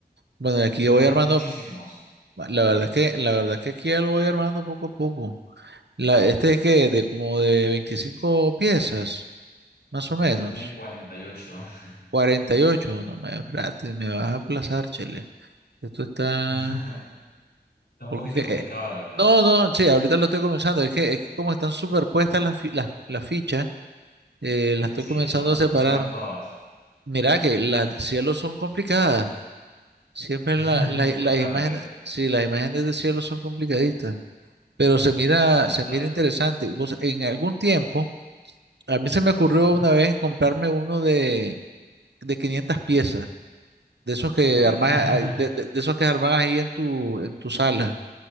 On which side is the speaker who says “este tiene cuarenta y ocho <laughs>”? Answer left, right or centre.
Left